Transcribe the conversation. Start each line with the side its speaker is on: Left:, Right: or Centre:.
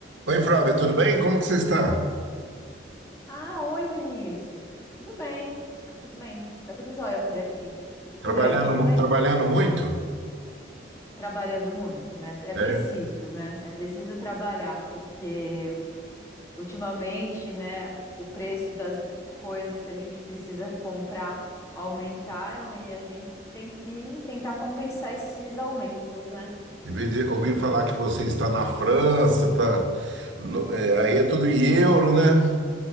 Right: Oi, Flávia, tudo bem? Como que você está?
Left: Ah, oi, Vinícius. Tudo bem? Tudo bem. Tá tudo jóia por aqui. E por
Right: Trabalhando,
Left: aí, tudo
Right: mu-
Left: bem?
Right: trabalhando muito?
Left: Trabalhando muito, né? É preciso,
Right: É.
Left: né? É preciso trabalhar, porque ultimamente, né, o preço das coisas que a gente precisa comprar aumentaram e a gente tem que tentar compensar esses aumentos, né?
Right: Em vez de ouvir falar que você está na França, tá, no- é, aí é tudo em euro, né?